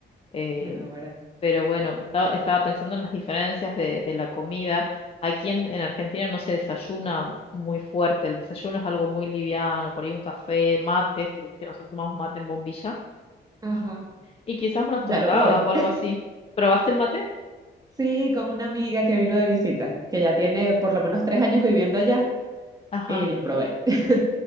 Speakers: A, on the left; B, on the right.
A: Eh,
B: Náguara.
A: pero bueno, estaba, estaba pensando en las diferencias de, de la comida. Aquí en, en Argentina no se desayuna muy fuerte, el desayuno es algo muy liviano, por ahí un café, mates, que viste que nosotros tomamos mate en bombilla,
B: Ajá.
A: y quizás unas
B: Ya
A: tostadas
B: lo probé.
A: o algo así. ¿Probaste el mate?
B: Sí, con una amiga que vino de visita, que ya tiene por lo menos tres años viviendo allá,
A: Ajá.
B: y lo probé. <laughs>